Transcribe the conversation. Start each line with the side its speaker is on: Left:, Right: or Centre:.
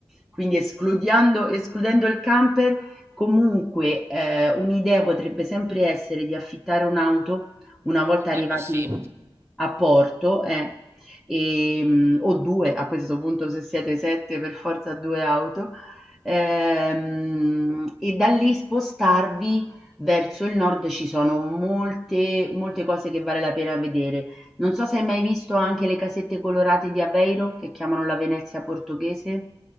Centre: Quindi escludendo escludendo il camper, comunque, ehm, un'idea potrebbe sempre essere di affittare un'auto una
Right: Ecco,
Centre: volta
Right: quello
Centre: arrivati
Right: sì.
Centre: a porto, eh, ehm, o 2 a questo punto se siete 7 per forza 2 auto, ehm, e da lì spostarvi Verso il nord ci sono molte, molte cose che vale la pena vedere. Non so se hai mai visto anche le casette colorate di Aveiro, che chiamano la Venezia portoghese.